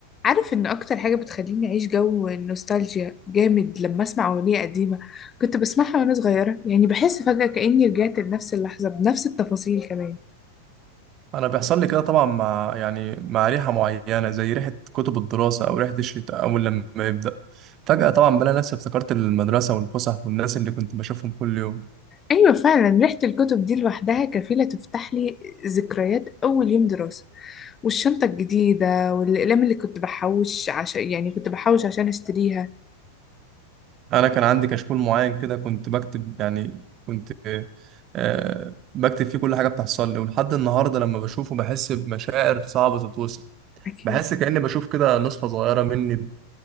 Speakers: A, on the left; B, on the right.
A: عارف ان اكتر حاجة بتخليني اعيش جو النوستالجيا جامد لما اسمع اغنية قديمة كنت بسمعها وانا صغيرة يعني بحس فجأة كأني رجعت لنفس اللحظة بنفس التفاصيل كمان
B: انا بيحصل لي كده طبعا مع يعني مع ريحه معينه زي ريحه كتب الدراسه او ريحه الشتاء اول لما يبدا فجاه طبعا بلاقي نفسي افتكرت المدرسه والفسح والناس اللي كنت بشوفهم كل يوم
A: ايوه فعلا ريحة الكتب دي لوحدها كفيلة تفتح لي ذكريات اول يوم دراسة والشنطة الجديدة والأقلام اللي كنت بحوش عشان يعني كنت بحوش عشان اشتريها
B: انا كان عندي كشكول معين كده كنت بكتب يعني كنت آه بكتب فيه كل حاجه بتحصل لي ولحد النهارده لما بشوفه بحس بمشاعر صعبه تتوصف
A: أكيد
B: بحس كاني بشوف كده نسخه صغيره مني